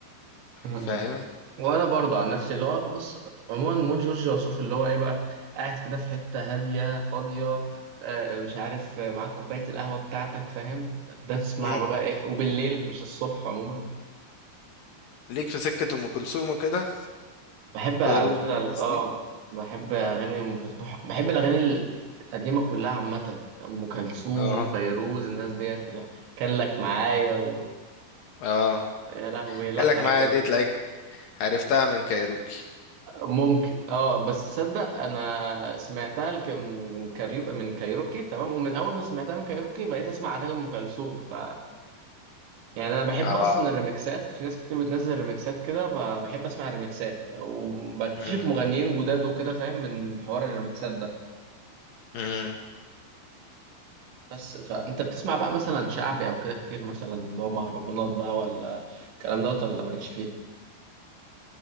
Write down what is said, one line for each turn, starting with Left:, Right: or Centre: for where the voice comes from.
Right: مم.
Left: فاهم
Right: وانا برضه عن نفسي اللي هو بص عموما مود جورج وسوف اللي هو ايه بقى قاعد كده في حته هاديه فاضيه آه، مش عارف آه، معاك كوبايه القهوه بتاعتك فاهم ده تسمع
Left: مم.
Right: له بقى ايه وبالليل مش الصبح عموما
Left: ليك في سكة أم كلثوم وكده
Right: بحب على
Left: فيروز
Right: فكره
Left: والناس
Right: ال- اه
Left: دي
Right: بحب اغاني ام كلثوم بحب الاغاني القديمه كلها عامه ام كلثوم
Left: اه
Right: فيروز الناس ديت لا، كان لك معايا و...
Left: اه
Right: يا لهوي لا
Left: قال
Right: حاجه
Left: لك معايا
Right: جميله
Left: دي تلاقيك عرفتها من كايروكي
Right: ممكن اه بس تصدق انا سمعتها لك- من كاريو من كايروكي تمام ومن اول ما سمعتها من كايروكي بقيت اسمع اغاني ام كلثوم ف يعني
Left: <laughs>
Right: انا بحب
Left: اه
Right: اصلا الريمكسات في ناس كتير بتنزل ريمكسات كده ب- بحب اسمع الريمكسات وبكتشف
Left: مم.
Right: مغنيين جداد وكده فاهم من حوار الريمكسات ده
Left: مم.
Right: بس فانت بتسمع بقى مثلا شعبي او كده كتير مثلا اللي هو مهرجانات بقى ولا الكلام دوت ولا مالكش فيه